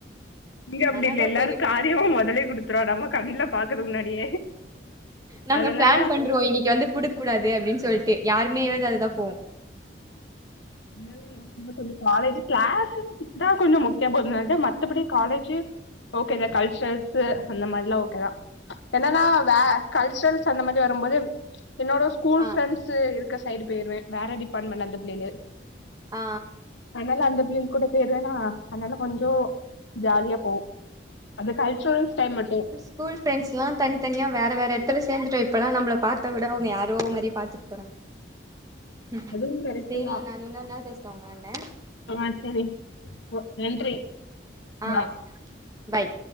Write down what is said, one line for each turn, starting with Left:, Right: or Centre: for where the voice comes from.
Left: இங்க அப்டி
Right: நல்லாதா
Left: இல்ல எல்லாரு
Right: போது
Left: காரியமா மொதலயே குடுத்துருவா நம்ம கண்ணுல பாக்குறது முன்னாடியே
Right: நாங்க
Left: அதனால
Right: பிளான் பண்றோ இன்னைக்கு வந்து குடுக்க கூடாது அப்டின்னு சொல்ட்டு யாருமே எழுதாது தா போவோம்
Left: ன்னால எனக்கு கொஞ்ச காலேஜ் கிளாஸ்ரூம் தா கொஞ்ச மொக்கயா போது நெனச்ச மத்தபடி காலேஜி ஓகேதா கல்ச்சரல்ஸு அந்த மாரிலா ஓகேதா என்னன்னா வ கல்ச்சரல்ஸ் அந்த மாரி வரும்போது என்னோட ஸ் ஸ்கூல்
Right: ஆ
Left: ஃரெண்ட்ஸ்ஸு இருக்க சைடு போய்ருவ வேற டிபார்ட்மெண்ட் அந்த பிள்ளையிலு
Right: ஆ
Left: அதனால அந்த பிள்ளைல் கூட பேருவணா அதனால கொஞ்சோ ஜாலியா போ அது கல்ச்சுரல்ஸ் டைம் மட்டும்
Right: ஃஸ்கூல் ஃப்ரெண்ட்ஸ்ல்லா தனி தனியா வேற வேற எடத்துல சேந்துட்டோ இப்பல்லா நம்மள பாத்தா கூட அவுங்க யாரோ மாரி பாத்துட்டு போறாங்க ம்
Left: அதுவும் கரெக்ட்
Right: சேரி
Left: தான்
Right: நானு இன்னொரு நாள் பேசுற உங்கலான்ட
Left: ஆ சேரி ஓ நன்றி
Right: ஆ
Left: பாய்
Right: பாய்